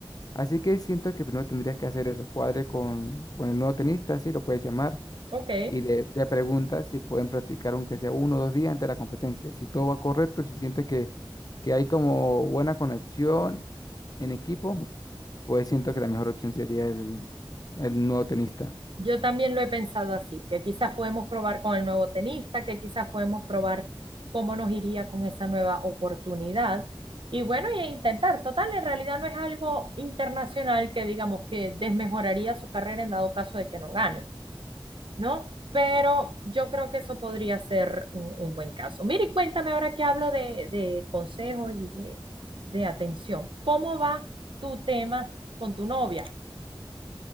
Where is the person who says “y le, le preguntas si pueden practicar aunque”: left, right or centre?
Left